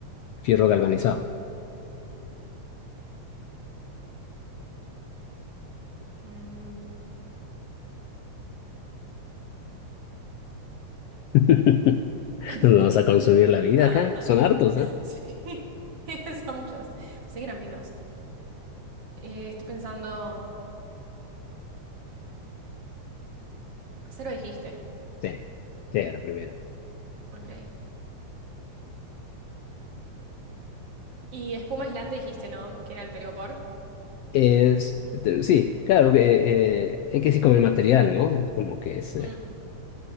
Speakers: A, on the left; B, on the right.
A: fierro galvanizado.
B: Mm.
A: <laughs>
B: <laughs>
A: Nos vamos a consumir la vida
B: <laughs>
A: acá. Son hartos, ¿eh?
B: Sí, <laughs> son muchos. Pensé que eran menos. Eh, estoy pensando, acero dijiste,
A: Sí, sí, era primero.
B: ok. Y espuma aislante dijiste, ¿no? Que era el telgopor.
A: Es, te- sí, claro, que eh, hay que decir como el material, ¿no? Como que es... eh,
B: Mm.